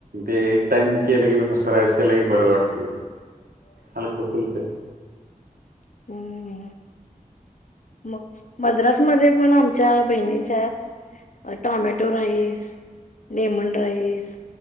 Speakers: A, on the right; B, on the left.
A: ते एक टाइम
B: हम्म.
A: केलं की पण नुसतं रायस केलं की बरं वाटतय हलकं फुलकं.
B: हम्म हम्म. मग मद्रासमध्ये पण आमच्या बहिणीच्यात अ टॉमॅटो राईस लेमन राईस